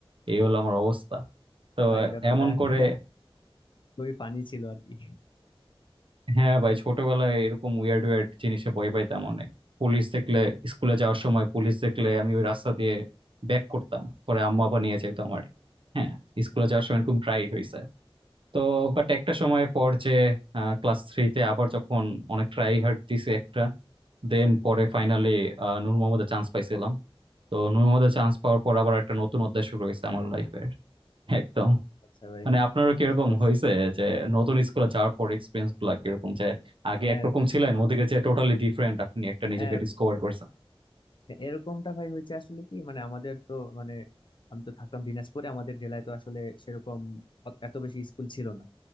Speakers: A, on the right (about 60°); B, on the left (about 55°).
A: এই হলো আমার অবস্থা তো
B: ভাই ব্যাপারটা
A: এমন
B: <laughs>
A: করে
B: খুবই ফানি ছিল আর কি
A: হ্যাঁ ভাই ছোটবেলায় এরকম উইয়ার্ড উইয়ার্ড জিনিসে ভয় পাইতাম অনেক পুলিশ দেখলে স্কুলে যাওয়ার সময় পুলিশ দেখলে আমি ওই রাস্তা দিয়ে ব্যাক করতাম পরে আম্মা আপা নিয়ে যাইতো আমার হ্যাঁ স্কুলে যাওয়ার সময় এরকম প্রায়ই হয়েছে তো বাট একটা সময় পর যে ক্লাস থ্রিতে আবার যখন অনেক ট্রাই হার্ড দিছে একটা দেন পরে ফাইনালি নূর মোহাম্মদে চান্স পাইছিলাম তো নূর মোহাম্মদে চান্স পাওয়ার পর আবার একটা নতুন অধ্যায় শুরু হয়েছে আমার লাইফের একদম
B: আচ্ছা ভাই
A: মানে আপনারও কিরকম
B: বুঝতে পারছি
A: হয়েছে যে নতুন স্কুলে যাওয়ার পর এক্সপিরিয়েন্স গুলা কিরকম যে আগে
B: হ্যাঁ
A: একরকম ছিলেন ওদিকে যে টোটালি ডিফারেন্ট আপনি একটা নিজেকে
B: হ্যাঁ
A: ডিসকভার করছেন
B: এরকমটা ভাই হয়েছে আসলে কি মানে আমাদের তো মানে আমি তো থাকতাম দিনাজপুরে আমাদের জেলায় তো আসলে সেরকম অত- এত বেশি স্কুল ছিল না